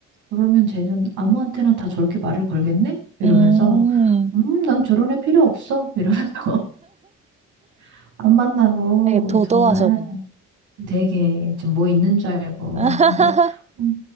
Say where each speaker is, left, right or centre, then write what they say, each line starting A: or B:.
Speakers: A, on the right; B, on the right.
A: 그러면 쟤는 아무한테나 다 저렇게 말을 걸겠네? 이러면서
B: 음,
A: 음 난 저런 애 필요 없어 이러면서 <laughs> 안 만나고
B: 되게 도도하셨네요.
A: 정말 되게 좀 뭐 있는 줄 알고.
B: <laughs>
A: 근데 음,